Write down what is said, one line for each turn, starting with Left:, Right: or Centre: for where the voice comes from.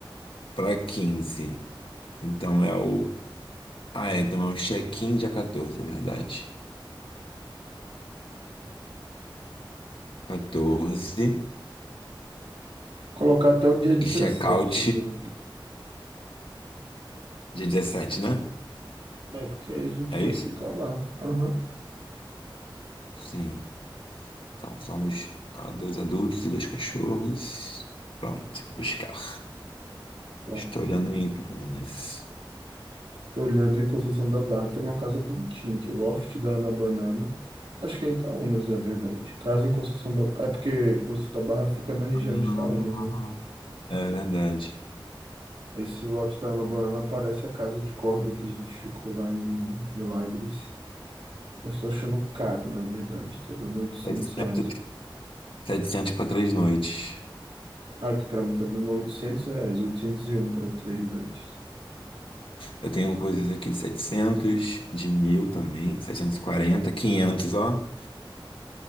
Left: para quinze, Então é o Ah, é, então é o check-in dia 14, é verdade. 14
Right: Colocar até o dia 17,
Left: e check-out
Right: já.
Left: dia dezessete né?
Right: É, porque aí a gente
Left: É
Right: já
Left: isso?
Right: fica lá. Aham.
Left: Sim. Então somos ah, dois adultos e dois cachorros. Pronto, buscar.
Right: Tá.
Left: Estou olhando em Campinas.
Right: Tô olhando em Conceição da Barra, tem uma casa bonitinha aqui, Loft da Ana Banana. Acho que é em Itaúnas, na verdade. Casa em Conceição da... É porque Conceição da Barra fica na região
Left: Ah,
Right: de Itaúnas, né?
Left: É verdade.
Right: Esse lote da Ana Banana parece a casa de corda que a gente ficou lá em Milagres. Eu estou achando caro, na verdade. Tá dando 800
Left: Setecentos
Right: reais.
Left: 700 para três noites.
Right: Ah, Aqui pra mim tá dando 800 reais, 801 para três noites.
Left: Eu tenho coisas aqui de 700, de 1.000 também, 740, 500, ó.